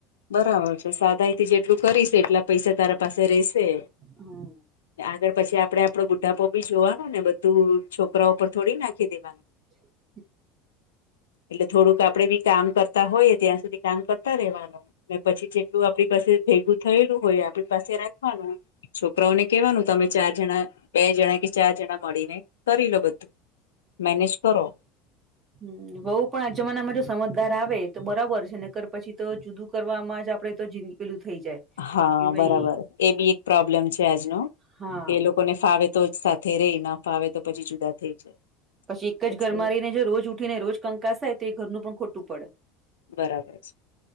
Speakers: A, on the left; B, on the right.
A: બરાબર છે. સાદાઈ થી જેટલું કરીશ એટલા પૈસા તારા પાસે રહેશે.
B: હમ
A: કે આગળ પછી આપડે આપડો બુઢાપો બી જોવાનો ને બધું છોકરાઓ પર થોડી નાખી દેવાનું.
B: <inaudible>
A: એટલે થોડુંક આપડે બી કામ કરતા હોઈએ ત્યાં સુધી કામ કરતા રહેવાનું. ને પછી જેટલું આપણી પાસે ભેગું થયેલું હોય આપણી પાસે રાખવાનું. છોકરાઓને કહેવાનું તમે ચાર જણા બે જણા કે ચાર જણા મળીને કરી લો બધું. મેનેજ કરો.
B: હમ્મ. વહુ પણ આ જમાનામાં જો સમજદાર આવે તો બરાબર છે, નકર પછી તો જુદું કરવામાં જ આપડે તો જીંદ પેલું થઈ જાય.
A: હા
B: કે ભાઈ
A: બરાબર. એ બી એક પ્રોબ્લેમ છે આજનો.
B: હા
A: કે લોક કોને ફાવે તો સાથે રેય ન ફાવે તો પછી જુદા થઈ જાય.
B: પછી એક જ
A: એટલે
B: ઘરમાં રહીને જો રોજ ઉઠી ને રોજ કંકાસ થાય તો એ ઘરનું પણ ખોટું પડે.
A: બરાબર છે.